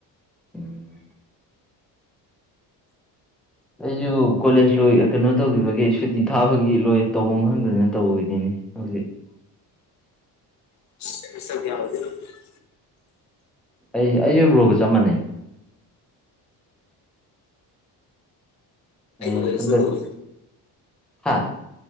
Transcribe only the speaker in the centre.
ꯎꯝ ꯑꯩꯁꯨ ꯀꯣꯂꯦꯖ ꯂꯣꯏ ꯀꯩꯅꯣ ꯇꯧꯈꯤꯕꯒꯤ ꯁꯨꯇꯤ ꯊꯥꯕꯒꯤ ꯂꯣꯏ ꯇꯧꯐꯝ ꯈꯪꯗꯗꯅ ꯇꯧꯔꯤꯅꯤꯅꯤ ꯍꯧꯖꯤꯛ
ꯑꯩ ꯑꯩ ꯖꯨ ꯕ꯭ꯔꯣꯒ ꯆꯞ ꯃꯥꯟꯅꯩ ꯑꯩ
ꯍꯟꯗꯛ
ꯍꯥ